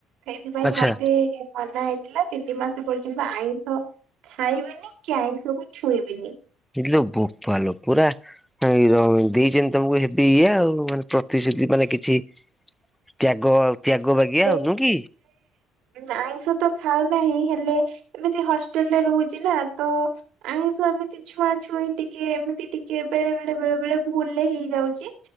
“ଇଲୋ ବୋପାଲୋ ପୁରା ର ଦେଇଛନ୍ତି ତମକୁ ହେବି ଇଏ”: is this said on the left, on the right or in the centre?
Centre